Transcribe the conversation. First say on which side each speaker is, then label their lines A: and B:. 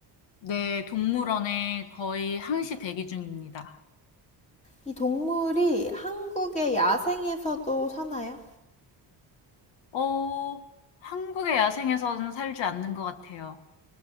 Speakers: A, on the left; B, on the left.
A: 네, 동물원에 거의 항시 대기 중입니다.
B: 이 동물이 한국의 야생에서도 사나요?
A: 어, 한국의 야생에서는 살지 않는 것 같아요.